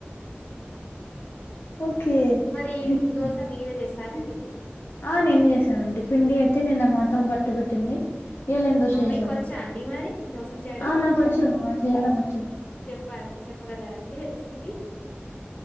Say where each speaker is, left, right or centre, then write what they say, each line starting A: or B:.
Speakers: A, on the left (about 65°); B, on the left (about 30°).
A: ఓకే
B: మరి
A: మ్మ్.
B: దోస మీరే చేసారండి
A: ఆ నేనే చేసానండి పిండి అయితే నేను మా అత్తమ్మ పట్టి పెట్టింది ఏలెన్
B: ఆహా
A: దోష చేసాను
B: మీకు వచ్చా అండి మరి దోశ చేయడం
A: ఆ నాకొచ్చు ఆ చేయడమొచ్చు
B: చెప్ప చెప్పగలరండి రెసిపీ